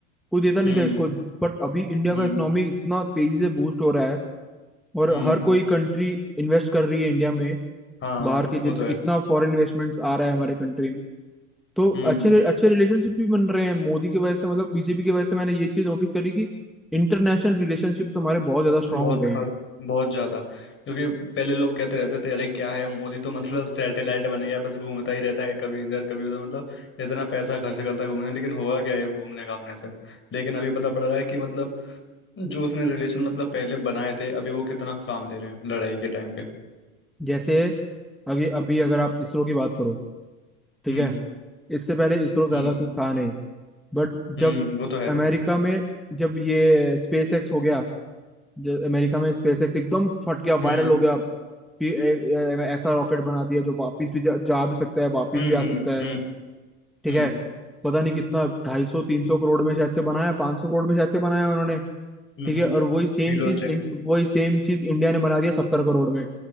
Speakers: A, in the centre; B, on the left.
A: कोई देता नहीं
B: हम्म
A: था इसको बट अभी इंडिया
B: हम्म
A: का इकोनॉमी इतना तेजी से बूस्ट हो रहा है और
B: हम्म
A: हर कोई कंट्री इन्वेस्ट कर रही है इंडिया में
B: हाँ
A: बाहर के जितना
B: वो तो है
A: इतना फॉरेन इन्वेस्टमेंट्स आ रहा है हमारे कंट्री में तो
B: हम्म
A: अच्छे अच्छे रिलेशनशिप भी बन रहे हैं मोदी की वजह से मतलब बीजेपी की वजह से मैंने ये चीज नोटिस करी कि इंटरनेशनल रिलेशनशिप्स हमारे बहुत ज्यादा स्ट्रांग
B: बहुत
A: हो गए
B: खर्च
A: हैं
B: बहुत ज्यादा क्योंकि पहले लोग कहते रहते थे अरे क्या है मोदी तो मतलब सैटेलाइट बन गया है, बस घूमता ही रहता है कभी इधर कभी उधर मतलब इतना पैसा खर्च करता है घूमने में, लेकिन होगा क्या है घूमने घामने से लेकिन अभी पता पड़ रहा है कि मतलब जो उसने रिलेशन मतलब पहले बनाए थे अभी वो कितना काम दे रहे हैं लड़ाई के टाइम पे
A: जैसे अभी अभी अगर आप इसरो की बात करो ठीक
B: हम्म
A: है इससे पहले इसरो ज्यादा
B: हम्म
A: कुछ था नहीं बट
B: हम्म
A: जब
B: वो तो है
A: अमेरिका में जब ये स्पेस एक्स हो गया जो अमेरिका में स्पेस एक्स एकदम फट गया
B: हम्म
A: वायरल हो गया कि ए, ए, ऐसा रॉकेट बना दिया जो वापस भी जा, जा भी सकता है वापस
B: हम्म
A: भी आ
B: हम्म
A: सकता है
B: हम्म
A: ठीक
B: हम्म
A: है पता नहीं कितना ढाई सौ तीन सौ करोड़ में शायद से बनाया पांच सौ करोड़ में शायद से बनाया उन्होंने
B: हम्म
A: ठीक
B: हम्म
A: है और वही सेम
B: रिलॉन्च
A: चीज
B: है
A: इन- वही सेम चीज इंडिया ने बना दिया सत्तर करोड़ में